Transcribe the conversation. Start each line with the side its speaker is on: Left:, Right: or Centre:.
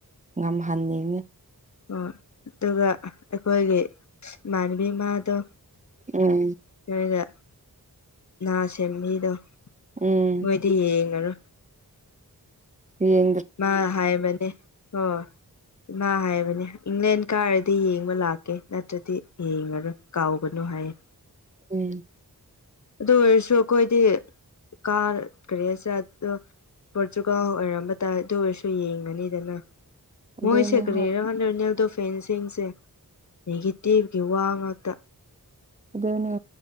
Right: ꯉꯝꯍꯟꯅꯤꯡꯉꯤ
Left: ꯍꯣꯢ ꯑꯗꯨꯒ ꯑꯩꯈꯣꯏꯒꯤ ꯏꯃꯥꯟꯅꯕꯤꯃꯥꯗꯣ
Right: ꯎꯝ
Left: ꯅꯣꯏꯗ ꯉꯥ ꯁꯦꯝꯕꯤꯗꯣ
Right: ꯎꯝ
Left: ꯅꯣꯏꯗꯤ ꯌꯦꯡꯉꯔꯣꯏ
Right: ꯌꯦ
Left: ꯃꯥ ꯍꯥꯏꯕꯅꯦ ꯍꯣ ꯏꯃꯥ ꯍꯥꯏꯕꯅꯦ ꯏꯪꯂꯦꯟ ꯀꯥꯔꯗꯤ ꯌꯦꯡꯕ ꯂꯥꯛꯀꯦ ꯅꯠꯇ꯭ꯔꯗꯤ ꯌꯦꯡꯉꯅꯨ ꯀꯥꯎꯒꯅꯨ ꯍꯥꯏꯌꯦ
Right: ꯎꯝ
Left: ꯑꯗꯨ ꯑꯣꯏꯔꯁꯨ ꯑꯩꯈꯣꯏꯗꯤ ꯀꯥ ꯀꯔꯤꯁꯦ ꯄꯣꯔꯇꯨꯒꯥꯜ ꯑꯣꯏꯔꯝꯕ ꯇꯥꯏ ꯑꯗꯨ ꯑꯣꯏꯔꯁꯨ ꯌꯦꯡꯒꯅꯤꯗꯅ ꯃꯣꯏꯁꯦ
Right: ꯑꯗꯨꯅꯦ
Left: ꯀꯔꯤꯔ
Right: ꯍꯣꯏ
Left: ꯔꯣꯅꯥꯜꯗꯣ ꯐꯦꯟꯁꯤꯡꯁꯦ ꯅꯦꯒꯦꯇꯤꯞꯀꯤ ꯋꯥ ꯉꯥꯛꯇ
Right: ꯑꯗꯨꯅꯤ